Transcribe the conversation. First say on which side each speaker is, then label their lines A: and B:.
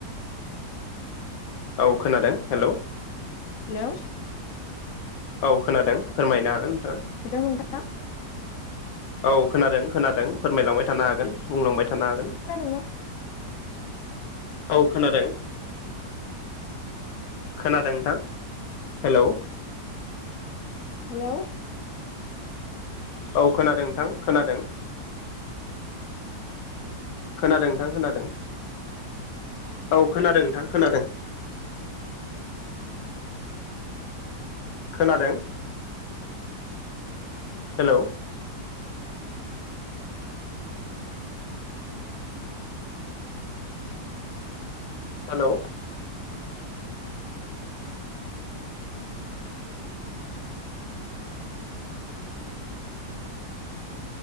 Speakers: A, on the left; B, on the left.
A: औ खोनादों हेलौ
B: हेलौ
A: औ खोनादों फोरमायनो हागोन नोंथाङा
B: हेलौ नोंथां
A: औ खोनादों खोनादों फोरमायलांबाय थानो हागोन बुंलांबाय था थानो हागोन
B: खोनादोंना
A: औ खोनादों खोनादों नोंथां हेलौ
B: हेलौ
A: औ खोनादों नोंथां खोनादों खोनादों नोंथां खोनादों औ खोनादों नोंथां खोनादों खोनादों हेलौ हेलौ